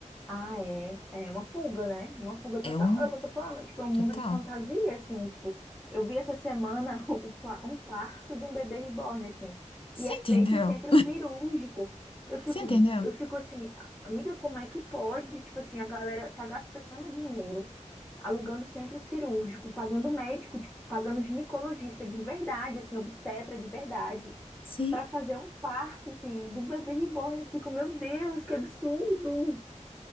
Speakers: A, in the centre; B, on the left.
A: Ah, é. É uma fuga, né? Uma fuga total.
B: É um
A: É o que eu tô falando. Tipo, é um
B: total.
A: mundo de fantasia, assim. Tipo, eu vi essa semana <laughs> o pa- um parto de um bebê reborn, assim.
B: Você
A: E é
B: entendeu?
A: feito em centro cirúrgico. Eu fico,
B: Você entendeu?
A: eu fico assim, amiga, como é que pode? Tipo assim, a galera tá gastando dinheiro, alugando centro cirúrgico, pagando médico, tipo, pagando ginecologista de verdade, assim, obstetra de verdade.
B: Sim.
A: Pra fazer um parto, assim, do bebê reborn, eu fico, meu Deus, que absurdo!